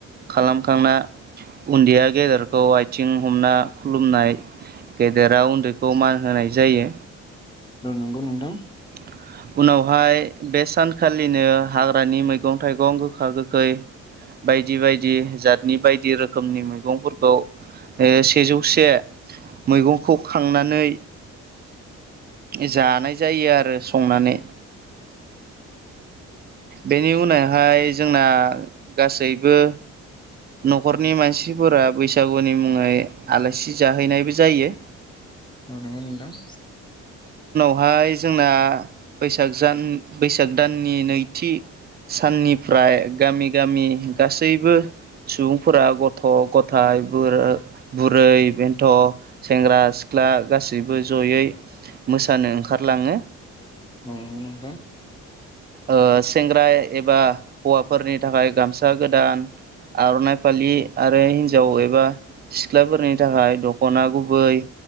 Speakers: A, on the right; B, on the left.
A: खालामखांना उन्दैया गेदेरखौ आथिं हमना खुलुमनाय। गेदेरा उन्दैखौ मान होनाय जायो।
B: औ नंगौ नोंथां‌‌।
A: <inaudible> उनावहाय बे सानखालिनो हाग्रानि मैगं थाइगं गोखा गोखै बायदि बायदि जातनि बायदि रोखोमनि मैगंफोरखौ ओ सेजौसे मैगंखौ खांनानै जानाय जायो आरो संनानै। बेनि उनावहाय जोंना गासैबो न'खरनि मानसिफोरा बैसागुनि मुङै आलासि जाहैनायबो जायो।
B: औ नंगौ नोंथां।
A: हाय जोंना बैसाग जान बैसाग दाननि नैथि साननिफ्राय गामि गामि गासैबो सुबुंफोरा गथ' गथाय बचर बुरै बेन्थ' सेंग्रा सिख्ला दा गासैबो जयै मोसानो ओंखारलाङो।
B: ओं नोंथां।
A: ओ सेंग्रा एबा हौवाफोरनि थाखाय गामसा गोदान आर'नाइ फालि आरो हिन्जाव एबा सिख्लाफोरनि थाखाय दख'ना गुबै।